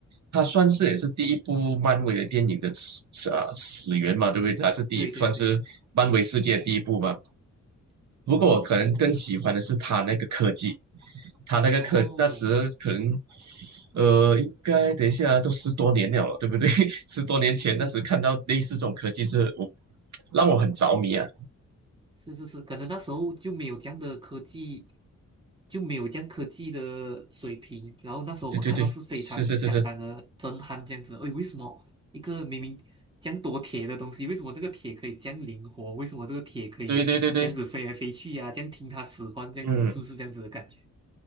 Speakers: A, on the right; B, on the right.
A: 他算是也是第一部漫威的电影的始啊始源嘛，对不对？他是第一，
B: 对对对，
A: 算是漫威世界第一部嘛。不过我可能更喜欢的是他那个科技，他那个科那时可能，
B: 哦，
A: 呃，应该等一下都十多年了，对不对？<laughs> 十多年前那时看到类似这种科技是我
B: 嗯，
A: 让我很着迷啊。
B: 是是是，可能那时候就没有这样的科技，就没有这样科技的水平。然后那时候我们看到是非常相当的震撼，
A: 对对对，是是是是，
B: 这样子。哎，为什么一个明明这样多铁的东西，为什么这个铁可以这样灵活？为什么这个铁可以这样子飞来飞去呀、
A: 对对对对，
B: 这样听他使唤，这样子是不是这样子的感觉？
A: 嗯。